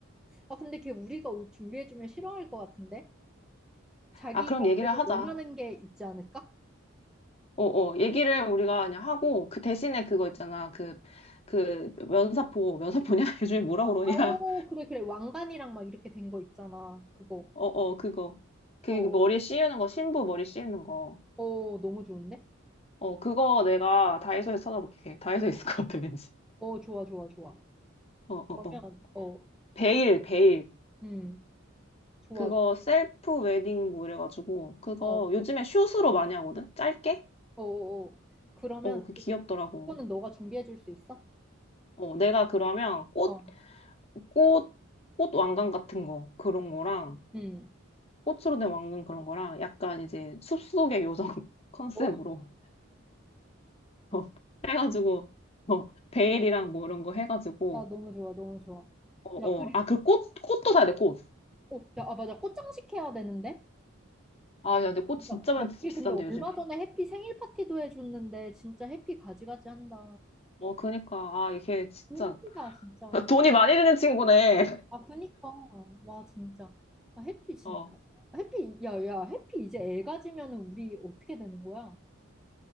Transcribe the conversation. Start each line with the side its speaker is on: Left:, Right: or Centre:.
Centre: 아, 근데 걔 우리가 옷 준비해주면 싫어할 것 같은데? 자기가
Left: 아, 그런 얘기를
Centre: 그래도
Left: 하자.
Centre: 원하는 게 있지 않을까?
Left: 어어 얘기를 우리가 그냥 하고 그 대신에 그거 있잖아 그 그 면사포 면사포냐 <laughs> 요즘에 뭐라
Centre: 아,
Left: 그러냐
Centre: 오, 그래, 그래. 왕관이랑 막 이렇게 된 거 있잖아. 그거.
Left: <laughs> 어어 그거 그
Centre: 어,
Left: 머리에
Centre: 어,
Left: 씌우는 거 신부 머리 씌우는 거
Centre: 어, 너무 좋은데?
Left: 어 그거 내가 다이소에서 찾아볼게 다이소에 있을 것 같아 왠지
Centre: 어, 좋아, 좋아, 좋아.
Left: 어어어
Centre: 그러면, 어,
Left: 베일 베일
Centre: 음, 좋아.
Left: 그거 셀프 웨딩 뭐 이래가지고 그거
Centre: 어, 어,
Left: 요즘에 숏으로 많이 하거든 짧게
Centre: 어, 어. 그러면
Left: 어 그 귀엽더라고
Centre: 그, 그거는 너가 준비해줄 수 있어?
Left: 어 내가 그러면 꽃
Centre: 어,
Left: 꽃 꽃 왕관 같은 거 그런 거랑
Centre: 음.
Left: 꽃으로 된 왕관 그런 거랑 약간 이제 숲속의 요정 <laughs> 컨셉으로
Centre: 어,
Left: <laughs> 해가지고 어, 베일이랑 뭐 이런 거 해가지고
Centre: 야, 너무 좋아, 너무 좋아.
Left: 어어
Centre: 야, 그리고,
Left: 아 그 꽃 꽃도 사야 돼 꽃.
Centre: 어, 야, 아, 맞아. 꽃장식 해야 되는데?
Left: 아 야 근데 꽃
Centre: 진짜.
Left: 진짜 많이
Centre: 야, 우리
Left: 비싼데
Centre: 근데 얼마
Left: 요즘에.
Centre: 전에 해피 생일 파티도 해줬는데, 진짜 해피 가지가지 한다.
Left: 어 그니까 아 이게 진짜
Centre: 힘들다, 진짜.
Left: <laughs> 돈이 많이 드는 친구네.
Centre: 아, 그니까. 와, 진짜. 아, 해피, 진짜.
Left: 어.
Centre: 해피, 야, 야, 해피 이제 애 가지면은 우리 어떻게 되는 거야?